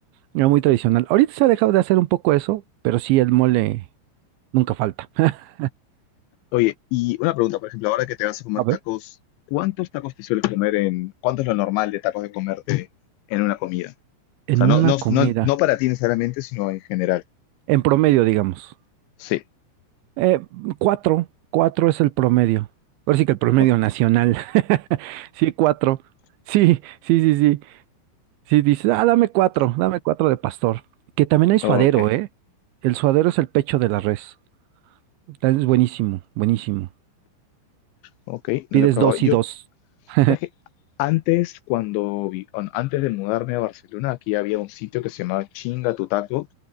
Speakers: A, on the right; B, on the left.
A: Era muy tradicional. Ahorita se ha dejado de hacer un poco eso, pero sí el mole nunca falta. <laughs>
B: Oye, y una pregunta, por ejemplo, ahora que te vas a comer
A: A
B: tacos,
A: ver.
B: ¿cuántos tacos te sueles comer en, cuánto es lo normal de tacos de comerte en una comida? O
A: En
B: sea,
A: una
B: no, no,
A: comida,
B: no, no para ti necesariamente, sino en general.
A: en promedio, digamos.
B: Sí.
A: Eh, cuatro, cuatro es el promedio. Ahora sí que el promedio
B: No,
A: nacional. <laughs> Sí, cuatro. Sí, sí, sí, sí. Sí, dices, ah, dame cuatro, dame cuatro de pastor. Que también hay suadero,
B: ok,
A: ¿eh? El suadero es el pecho de la res. Es buenísimo, buenísimo.
B: ok, no
A: Pides
B: lo he probado.
A: dos
B: Yo,
A: y dos. <laughs>
B: ¿sabes qué? Antes, cuando vi- an- antes de mudarme a Barcelona, aquí había un sitio que se llamaba Chinga tu Taco,